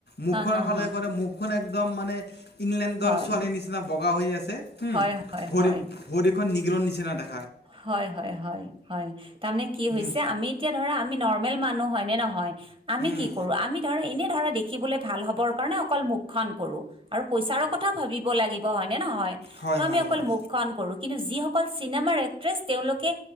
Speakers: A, on the left (about 80°); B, on the right (about 30°).
A: মুখখন
B: হা হা
A: সদায়
B: হা
A: কৰে মুখখন একদম মানে। ইংলেণ্ডৰ
B: হয়
A: ছোৱালীৰ নিচিনা বগা হৈ আছে হম
B: হয় হয়
A: ভৰি
B: হয়
A: ভৰিখন নিগৰৰ নিচিনা দে।
B: হয় হয় হয় হয় তাৰানে কি হৈছে
A: উম
B: আমি এতিয়া ধৰা আমি নৰ্মেল মানুহ। হয় নে নহয় আমি
A: উম
B: কি কৰো আমি ধৰা এনে ধৰা দেখি। খিবলৈ ভাল হ'বৰ কাৰণে অকল মুখখন কৰো। আৰু পইচাৰো কথা ভাবিব লাগিব হয়নে নহয়
A: হয়
B: ত' আমি
A: হয়
B: অকল
A: হয়
B: মুখখন কৰো। কিন্তু যিসকল চিনেমাৰে। <inaudible> তেওঁলোকে